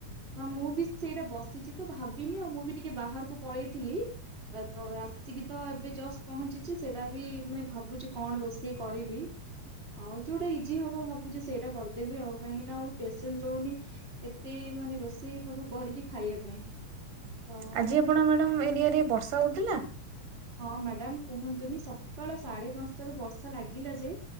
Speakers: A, on the right; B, on the right.
A: ହଁ ମୁଁ ବି ସେଇଟା ବସିଛି ତ ଭାବିନି ଆଉ ମୁଁ ବି ଟିକେ ବାହାରକୁ ପଳେଇଥିଲି। ତ ଆସିକି ତ ଏବେ ଜଷ୍ଟ ପହଞ୍ଚିଛି ସେଇଟା ବି ମାନେ ଭାବୁଛି କଣ ରୋଷେଇ କରିବି। ଆଉ ଯୋଉଟା ଇଜି ହବ ଭାବୁଛି ସେଇଟା କରିଦେବି ଆଉ କାହିକି ନା ଆଉ ପେସେନ୍ସ ରହୁନି। ଏତେ ମାନେ ରୋଷେଇ ସବୁ କରିକି ଖାଇବା ପାଇଁ। ତ
B: ଆଜି ଆପଣ ମ୍ୟାଡାମ ଏରିଆରେ ବର୍ଷା ହଉଥିଲା?
A: ହଁ ମ୍ୟାଡାମ କୁହନ୍ତୁନି ସକାଳ ସାଢେ ପାଞ୍ଚଟାରୁ ବର୍ଷା ଲାଗିଲା ଯେ